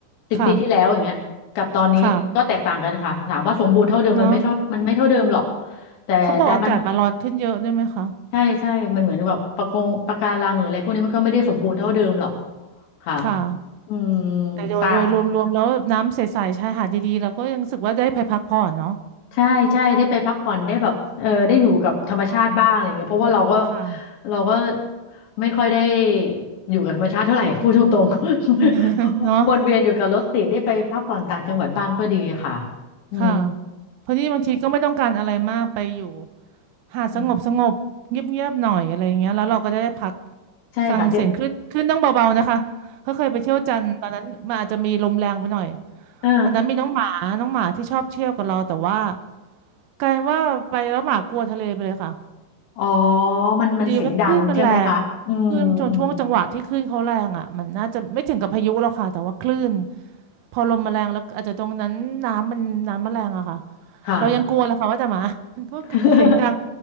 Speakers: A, on the left; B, on the right.
A: สิบปีที่แล้วอย่างเงี้ยกับตอนนี้ก็แตกต่างกันค่ะถามว่าสมบูรณ์เท่าเดิมมันไม่เท่ามันไม่เท่าเดิมหรอก
B: ค่ะ ค่ะเนาะ
A: แต่แต่มัน
B: เขาบอกอากาศมาร้อนขึ้นเยอะด้วยไหมคะ
A: ใช่ใช่มันเหมือนแบบปะกงปะการังหรืออะไรพวกนี้มันก็ไม่ได้สมบูรณ์เท่าเดิมหรอกค่ะ
B: ค่ะ
A: อืม
B: แต่โดยโดยรวมๆแล้วน้ำใสๆชายหาดดีๆเราก็ยังรู้สึกว่าได้ไปพักผ่อนเนาะ
A: ปาใช่ใช่ได้ไปพักผ่อนได้แบบเออได้อยู่กับธรรมชาติบ้างอะไรเงี้ยเพราะว่าเราก็
B: ค่ะ
A: เราก็ไม่ค่อยได้อยู่กับธรรมชาติเท่าไหร่ <laughs> พูดตรง
B: <laughs>
A: ๆ
B: เนาะ
A: <laughs> วนเวียนอยู่กับรถติดได้ไปพักผ่อนต่างจังหวัดบ้างก็ดีค่ะอืม
B: ค่ะเพราะนี่บางทีก็ไม่ต้องการอะไรมากไปอยู่หาดสงบสงบเงียบๆหน่อยอะไรอย่างเงี้ยแล้วเราก็จะได้พัก
A: อืมใช่ค่ะที่
B: ฟังเสียงคลื่นคลื่นต้องเบาๆนะคะ
A: <laughs>
B: เขาเคยไปเที่ยวจันทร์ตอนนั้นมันอาจจะมีลมแรงไปหน่อย
A: เออ
B: ตอนนั้นมีน้องหมาน้องหมาที่ชอบเที่ยวกับเราแต่ว่ากลายเป็นว่าไปแล้วหมากลัวทะเลไปเลยค่ะ
A: อ๋อมันมันเสียงดังใช่ไหมคะอืมอืม
B: พอดีว่าคลื่นมันแรงคลื่นจนช่วงจังหวะที่คลื่นเขาแรงอ่ะมันน่าจะไม่ถึงกับพายุหรอกค่ะแต่ว่าคลื่นพอลมมาแรงแล้วอาจจะตรงนั้นน้ำมันน้ำมันแรงอะค่ะ
A: ค่ะ
B: เรายังกลัวเลยค่ะว่าแต่หมา <laughs> ก็ก็เสียงดัง
A: <laughs>